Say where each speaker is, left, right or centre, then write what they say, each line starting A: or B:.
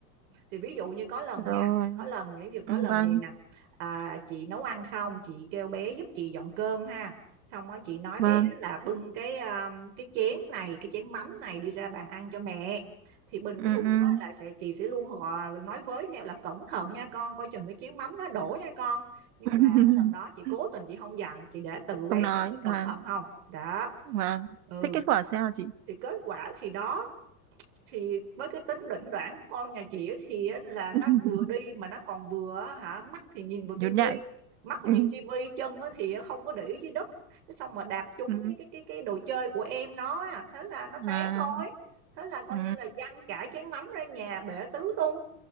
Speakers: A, on the right; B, on the right.
A: thì ví dụ như có lần
B: rồi.
A: nha có lần ví dụ có
B: Ừ,
A: lần
B: Vâng,
A: gì nè à, chị nấu ăn xong chị kêu bé giúp chị dọn cơm ha xong đó chị nói
B: vâng.
A: bé là bưng cái um, cái chén này cái chén mắm này đi ra bàn ăn cho mẹ thì bình
B: Ừ,
A: thường
B: ừ.
A: á, là sẽ chị sẽ luôn gọi, nói với theo là cẩn thận nha con coi chừng cái chén mắm nó đổ nha con nhưng
B: <laughs>
A: mà cái lần đó chị cố tình chị không dặn chị để tự bé
B: Không nói.
A: sẽ cẩn
B: à
A: thận không đó
B: Vâng.
A: ừ
B: Thế kết quả sao chị?
A: thì kết quả thì đó thì với cái tính đỉnh đoản của con nhà chị ấy thì là nó
B: <laughs>
A: vừa đi mà nó còn vừa hả mắt thì nhìn vào tivi
B: Nhún nhảy.
A: mắt thì nhìn
B: Ừ.
A: tivi chân thì không có để ý dưới đất Thế xong mà đạp trúng
B: Ừ.
A: cái cái cái cái đồ chơi của em nó á, thế là nó
B: À.
A: té thôi thế là coi
B: Ừ.
A: như là văng cả chén mắm ra nhà bể tứ tung